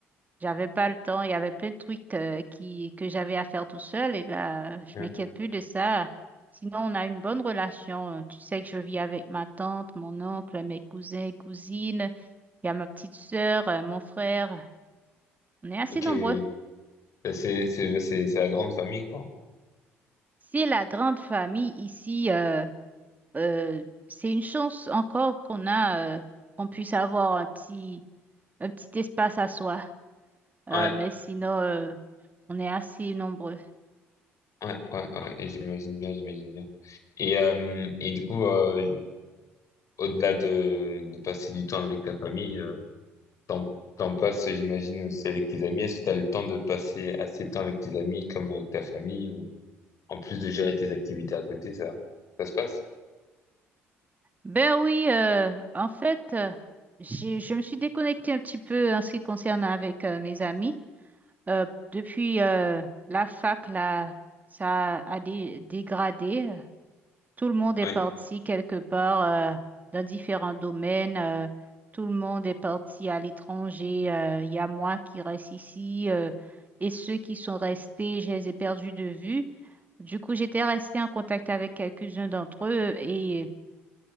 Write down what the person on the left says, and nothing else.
Ouais.
Ok,
oui. Ça, C'est, c'est, bah, c'est, c'est la grande famille, quoi.
Ouais,
ouais, ouais, ouais, et j'imagine bien, j'imagine bien. Et, euh, et du coup, euh, au-delà de, de passer du temps avec ta famille, euh, T'en, t'en passes, j'imagine, aussi avec tes amis. Est-ce que t'as le temps de passer assez de temps avec tes amis comme avec ta famille ou en plus de gérer tes activités à côté, ça, ça se passe?
Oui,